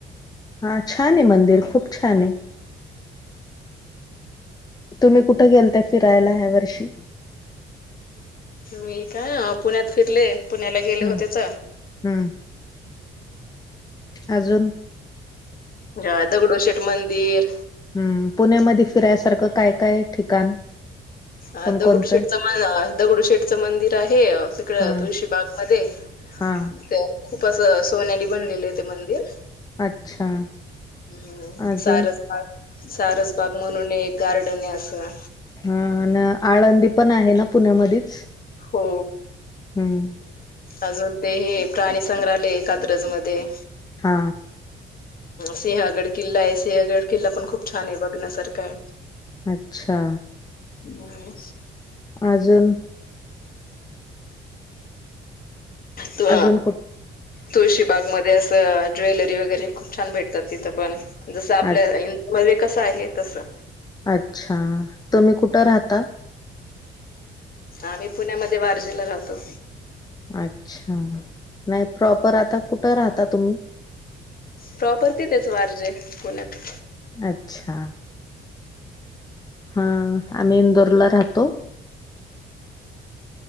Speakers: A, on the left; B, on the left.
A: हा छान आहे. मंदिर खूप छान आहे. तुम्ही कुठं गेलत फिरायला ह्या वर्षी
B: मी काय पुण्यात फिरले पुण्याला गेले
A: हम्म
B: होतेच.
A: हम्म अजून
B: जेव्हा दगडोशेठ मंदिर
A: हम्म पुण्यामध्ये फिरायसारखं काय काय ठिकाण.
B: अ
A: कोणकोणतं
B: दगडूशेठच म दगडूशेठचं मंदिर आहे. तिकड
A: हा
B: तुळशीबाग मध्ये
A: हा
B: त्या खूप असं सोन्यानी बनलेले आहे. ते मंदिर
A: अच्छा
B: हम्म
A: अजून
B: सारसबाग सारसबाग म्हणून एक गार्डन आहे असं
A: हा न आळंदी पण आहे ना पुण्यामध्येच
B: हो
A: हम्म
B: अजून ते हे प्राणी संंग्रहालय कात्रज मध्ये.
A: हा.
B: सिंहगड किल्ला आहे सिंहगड किल्ला पण खूप छान आहे बघण्यासारखा आहे‌.
A: अच्छा.
B: हम्.
A: अजून?
B: तो
A: अजून कुठ
B: तुळशीबाग मध्ये असं ज्वेलरी वगैरे खूप छान भेटतात तिथं पण. जसं आपल्या
A: अ
B: इडियामध्ये कसं आहे तसं.
A: अच्छा तुम्ही कुठं राहता?
B: आम्ही पुण्यामध्ये वारजे ला राहतो.
A: अच्छा म यात प्रॉपर आता कुठं राहता तुम्ही?
B: प्रॉपर तिथेच वारजे पुण्यात.
A: अच्छा हा आम्ही इंदोरला राहतो.